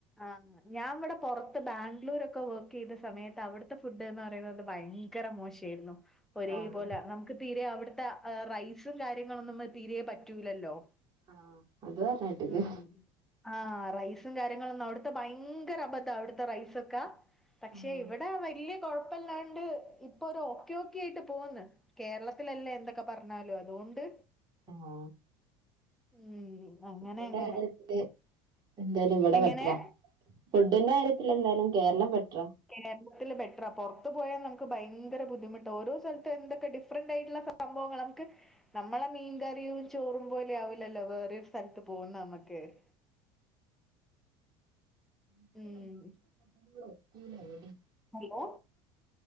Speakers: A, in the centre; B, on the right (about 40°).
A: ആഹ് ഞാൻ വടെ പൊറത്ത് ബാംഗ്ലൂരൊക്കെ വർക്കേയ്ത സമയത്ത് അവിടുത്തെ ഫുഡ് ന്ന് പറയുന്നത് ഭയ ഭയങ്കര മോശായിരുന്നു. ഒരേ
B: ആഹ്
A: പോല നമുക്ക് തീരെ അവിടുത്തെ റൈസും കാര്യങ്ങളൊന്നും തീരേ പറ്റൂലല്ലോ.
B: ആഹ അത് പറഞ്ഞാട്ടക്ക്.
A: ഉം ആഹ് റൈസും കാര്യങ്ങളൊന്നും അവിടുത്തെ ഭയങ്കര അബദ്ധ അവിടുത്തെ റൈസൊക്ക. പക്ഷെ
B: ഉം
A: ഇവടെ വല്ല്യ കൊഴപ്പല്ലാണ്ട് ഇപ്പൊ ഒരു ഒക്കെ ഒക്കെ ആയിട്ട് പോന്ന്. കേരളത്തിലല്ലേ എന്തൊക്കെ പറഞ്ഞലു അതോണ്ട്.
B: ആഹ്.
A: ഉം അങ്ങനെ
B: ഫുഡിന്റെ
A: അങ്ങനെ.
B: കാര്യത്തില് എന്തായാലും ഇവിടെ
A: എങ്ങനെ?
B: ബെട്ടര ഫുഡിന്റെ കാര്യത്തി എന്തായാലും കേരളം ബെട്ടര.
A: കേരളത്തിൽ ബെറ്ററാ പൊറത്ത് പോയാ നമുക്ക് ഭയങ്കര ബുദ്ധിമുട്ട ഓരോ സ്ഥലതും എന്തൊക്കെ ഡിഫറന്റ് ആയിട്ടുള്ള സംഭവങ്ങളൊക്കെ നമ്മളെ മീൻകറിയും ചോറും പോലെ ആവലല്ലോ വേറൊരു സ്ഥലത്ത് പോകുന്ന നമ്മക്ക് <inaudible>
B: <inaudible>
A: ഉം ഹലോ